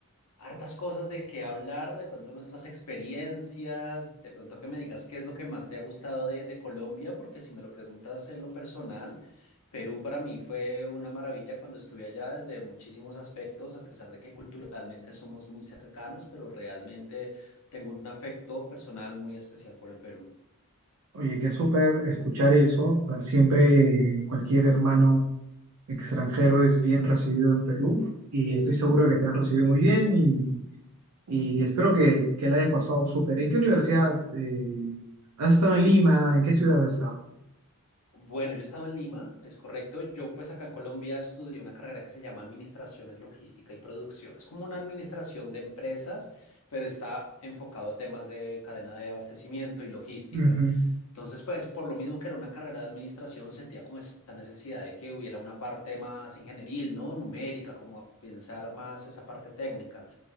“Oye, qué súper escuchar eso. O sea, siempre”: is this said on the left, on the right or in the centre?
Right